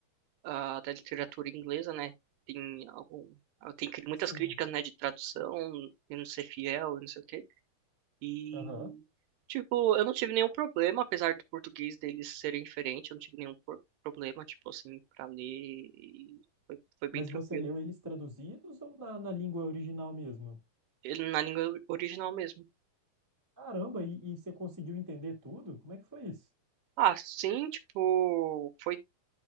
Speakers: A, on the right; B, on the right.
A: ah, da literatura inglesa, né? Tem algum ah, tem cri- muitas
B: sim.
A: críticas, né, de tradução, e não ser fiel, e não sei o quê. E
B: Aham.
A: tipo, eu não tive nenhum problema, apesar do português deles serem diferente, eu não tive nenhum por- problema, tipo assim, para ler e foi, foi
B: Mas
A: bem tranquilo.
B: você leu eles traduzidos ou na, na língua original mesmo?
A: Ele na língua original mesmo.
B: Caramba, e, e você conseguiu entender tudo? Como é que foi isso?
A: Ah, sim, tipo, foi